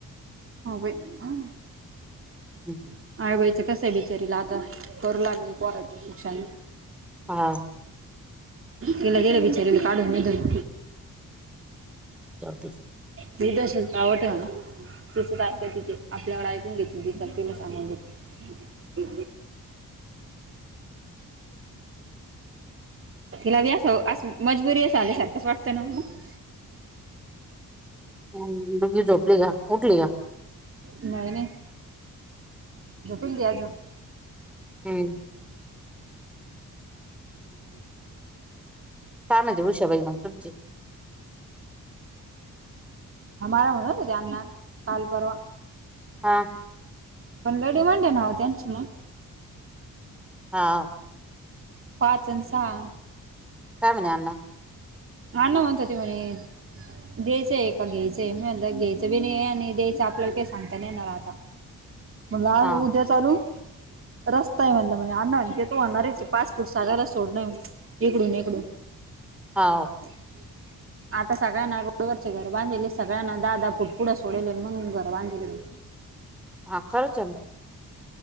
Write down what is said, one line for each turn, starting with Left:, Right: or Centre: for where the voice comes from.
Right: हाऊ बाई... हा
Centre: हुं
Right: आई बाईचं, कसं ए बिचारीला आता, करू लागली पोरांची शिक्षणं
Centre: हा
Right: तिला गेलं बिचारीला... काढून इधून
Centre: <unintelligible>
Right: ती तशी <unintelligible> ए म्हणा तिसच ऐका तिथे आपल्याकडं ऐकून घेत म ति तिला सांगून घेते तिला बी अस, अस मजबुरी अस आली सारखंच वाटतं ना ओ मग
Centre: हम्म मग मी झोपलीया उठली का
Right: नाही, नाही झोपील ती अजून
Centre: हम्म
Right: <unintelligible> <unintelligible>
Centre: काय म्हणते उषाबाई मग तुमची
Right: हा मला म्हणतं होते अण्णा काल परवा
Centre: हा
Right: पण लई डिमांड आहे ना वो त्यांची मग
Centre: हाव
Right: पाच अण सहा
Centre: काय म्हणे अण्णा
Right: अण्णा म्हणत होते म्हणे द्यायचं आहे का घ्यायचंय मी म्हणलं घ्यायचं बी नाही आणि द्यायचं आपल्याला काही सांगता नाही येणार आता म्हटलं आज
Centre: हा
Right: उद्या चालू रस्ता आहे म्हणलं म्हणजे अण्णा म्हणतेत तू होणारच पाच फूट सगायला सोडणार इकडून, इकडून
Centre: हाव
Right: <unintelligible> आता सगळ्यांना रोडवरचे घर बांधलेले सगळ्यांना दाह, दाह पुुट पुढं सोडले आणि मग घर बांधले म
Centre: हा खरच आह ना